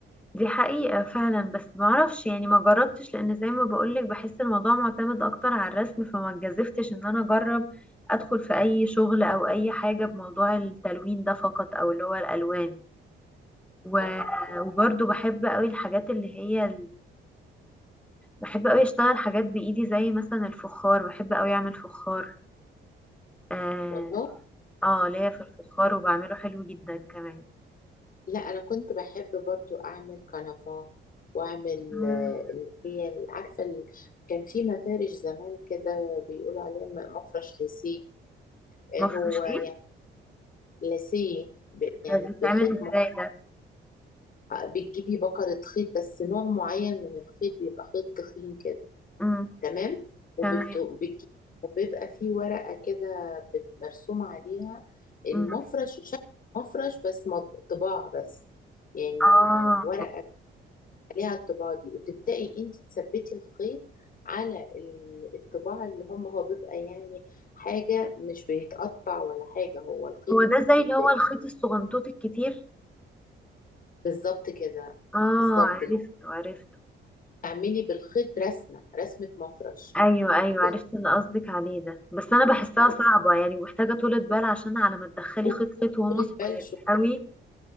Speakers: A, in the centre; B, on the left (about 45°).
A: دي حقيقة فعلا بس ما اعرفش يعني ما جربتش لان زي ما بقولك بحس الموضوع معتمد اكتر على الرسم فما اتجذفتش ان انا اجرب ادخل في اي شغل او اي حاجة بموضوع التلوين ده فقط او اللي هو الألوان و...
B: اه آه.
A: وبرضه بحب قوي الحاجات اللي هي بحب قوي اشتغل حاجات بايدي زي مثلا الفخار بحب قوي اعمل فخار اه,
B: والله
A: آه ليا في الفخار وبعمله حلو جدا كمان
B: لا انا كنت بحب برضو اعمل كنفة واعمل
A: مم.
B: آه، اللي هي ال- عارفه ال- كان في مفارش زمان كده بيقولوا عليها م- مفرش ليسيه آه،
A: مفروش
B: هو يعني
A: ايه
B: ليسيه ب- يعني
A: ده بيتعمل
B: بخيط
A: ازاي
B: م-
A: ده
B: آه، بتجيبي بكرة خيط بس نوع معين من الخيط بيبقى خيط تخين كده
A: مم.
B: تمام وبت...
A: تمام
B: بتجي- وبيبقى فيه ورقة كده بت- مرسومة عليها المفرش
A: مم.
B: شكل مفرش بس مط- طباع بس يعني
A: اه
B: ورق عليها الطباعة دي وتبدأي انت تثبتي الخيط على ال- الطباعة اللي هم هو بيبقى يعني حاجة مش بيتقطع ولا حاجة هو الخيط
A: هو ده
B: انت بتبدأي
A: زي اللي هو الخيط الصغنطوط الكتير
B: بالظبط كده
A: اه
B: بالظبط
A: عرفته عرفته
B: تعملي بالخيط رسمة رسمة مفرش
A: ايوه ايوه
B: بال-
A: عرفت اللي قصدك عليه ده بس انا بحسها
B: هقول
A: صعبة يعني ومحتاجة طولة بال عشان على ما تدخلي
B: لكم
A: خيط خيط وهم
B: طولة
A: صغيرين
B: بال شو
A: قوي